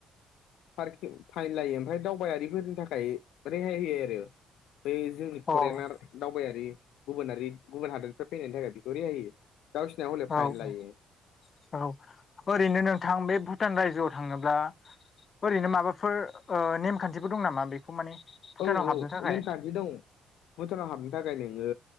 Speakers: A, on the left; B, on the left.
A: पार्किं फाइन लायो ओमफ्राय दावबायारिफोरनि थाखाय रेहाय होयो आरो बै जोंनि
B: औ
A: फरेनार दावबायारि गुबुनारि गुबुन हादोरनिफ्राय फैनायनि थाखाय बेखौ रेहायो गावसिनिया हले फाइन
B: औ
A: लायो।
B: औ ओरैनो नोंथां बे भुटान रायजोआव थाङोब्ला ओरैनो माबाफोर ओ नेमखान्थिबो दं नामा बेखौ माने भुटानाव
A: औ
B: हाबनो
A: औ
B: थाखाय
A: नेमखान्थि दं। भुटानाव हाबनो थाखाय नोङो